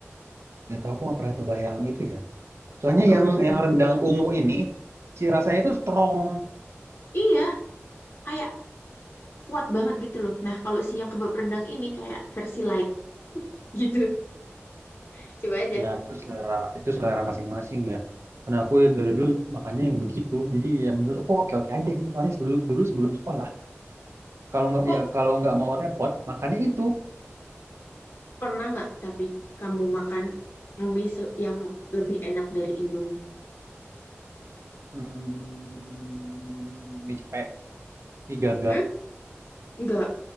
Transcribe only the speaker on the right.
Gak tau, aku nggak pernah coba yang itu ya. Soalnya
yang
yang rendang ungu ini, si rasanya itu strong.
Ya, itu selera, itu selera masing-masing ya. Karena aku yang dari dulu makannya yang begitu. Jadi ya menurut aku oke-oke aja gitu. Soalnya sebelum, dulu sebelum sekolah, kalau nggak
ya kalau nggak mau repot, makannya itu.
Hmm, mie cepek, mie gagah,